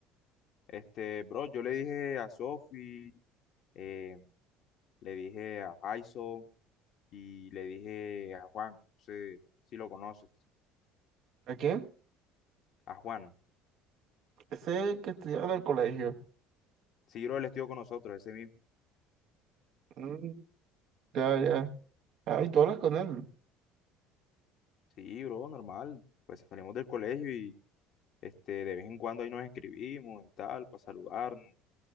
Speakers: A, on the left; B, on the right.
A: Este, bro, yo le dije a Sophie, eh, le dije a Jason y le dije a Juan, no sé si lo conoces,
B: ¿A quién?
A: a Juan.
B: Ese que estudiaba en el colegio.
A: Sí, bro, él estuvo con nosotros, ese mismo.
B: Mm, ya, ya. Ah, y tú hablas con él.
A: Sí, bro, normal. Pues salimos del colegio y este, de vez en cuando ahí nos escribimos y tal, para saludarnos.